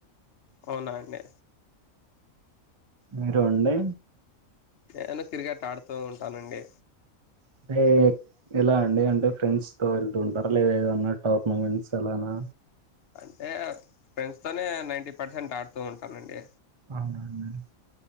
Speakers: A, on the left (about 55°); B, on the right (about 40°).
A: అవునా అండి
B: మీరు అండీ
A: నేను క్రికెట్ ఆడుతూ ఉంటానండి
B: అంటే ఎలా అండి అంటే ఫ్రెండ్స్ తో వెళ్తు ఉంటారా లేదా ఏదన్నా టోర్నమెంట్స్ అలానా
A: అంటే ఫ్రెండ్స్ తోనే నైన్టీ పర్సెంట్ ఆడుతూ ఉంటానండి
B: అవున అండీ